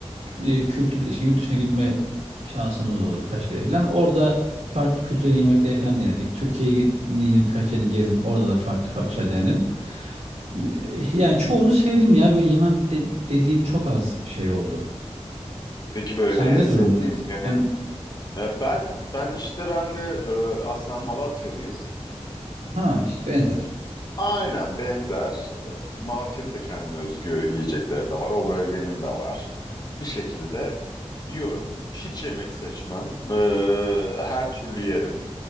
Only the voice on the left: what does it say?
Peki böyle
en sevdiğin
yemek?
Ee, Ben ben işte ben de e, aslen Malatyalıyız.
Aynen benzer. Ee, Malatya'nın da kendine özgü yiyecekleri de var. O bölgenin de var. Bir şekilde yiyorum. Hiç yemek seçmem. Ee, her türlü yerim.